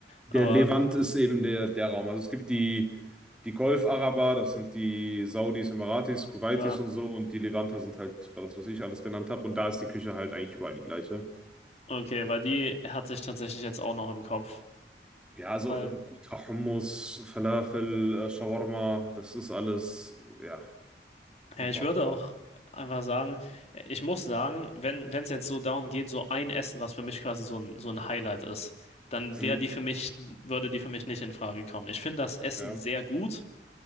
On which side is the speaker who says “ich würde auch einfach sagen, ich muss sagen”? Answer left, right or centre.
Left